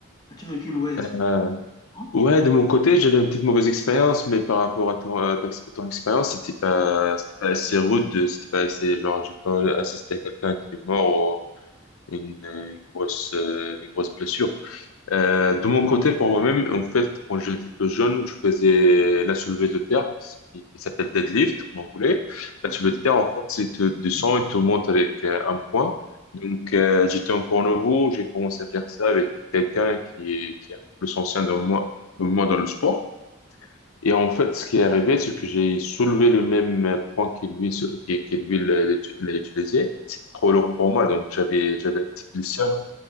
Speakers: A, on the left; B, on the left.
A: as-tu vécu une mauvaise expérience?
B: Euh,
A: Non
B: ouais, de mon côté, j'avais une petite mauvaise expérience, mais par rapport à ton, euh, ta- ton expérience, c'était pas, c'était pas assez rude, c'était pas assez, genre, j'ai pas assisté à quelqu'un qui est mort ou une, euh, une grosse, euh, une grosse blessure. Euh, de mon côté, pour moi-même, en fait, quand j'étais plus jeune, je faisais la soulevée de terre, ce qui, qui s'appelle deadlift en anglais. La
A: Ok.
B: soulevée de terre, en fait, c'est te descends et te montes avec euh, un point. Donc, euh, j'étais encore nouveau, j'ai commencé à faire ça avec quelqu'un qui, est- qui est un peu plus ancien de moi, que moi dans le sport. Et en fait, ce qui est arrivé, c'est que j'ai soulevé le même point qu'il lui, qui, qui lui l'a l'a utilisé. C'était trop lourd pour moi, donc j'avais, j'avais un petit blessure